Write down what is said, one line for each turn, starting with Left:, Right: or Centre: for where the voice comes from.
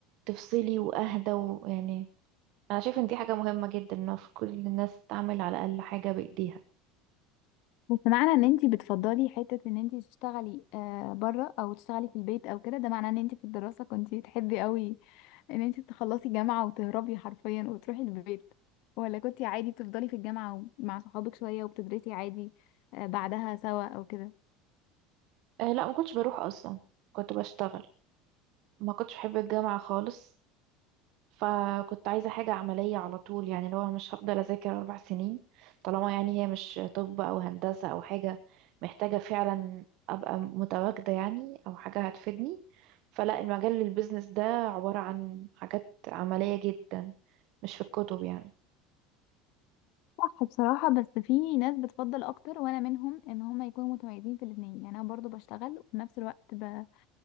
Right: تفصلي واهدى ويعني انا شايف ان دي حاجه مهمه جدا ان في كل الناس تعمل على الاقل حاجه بايديها
Left: بس معنى ان انتي بتفضلي حتة ان انتي تشتغلي آه بره او تشتغلي في البيت او كده ده معناه ان انتي في الدراسة كنتي تحبي قوي ان انتي تخلصي جامعة وتهربي حرفيا وتروحي البيت ولا كنتي عادي بتفضلي في الجامعة مع صحابك شوية وبتدرسي عادي آه بعدها سوا او كده
Right: أه لا ما كنتش بروح اصلا كنت بشتغل ما كنتش بحب الجامعه خالص فكنت عايزه حاجه عمليه على طول يعني لو أنا مش هفضل اذاكر اربع سنين طالما يعني هي مش طب او هندسه او حاجه محتاجه فعلا ابقى متواجده يعني او حاجه هتفيدني فلا المجال البيزنس ده عباره عن حاجات عمليه جدا مش في الكتب يعني
Left: صح بصراحة بس في ناس بتفضل أكتر وأنا منهم إن هما يكونوا متميزين في الاتنين يعني أنا برضو بشتغل وفي نفس الوقت ب...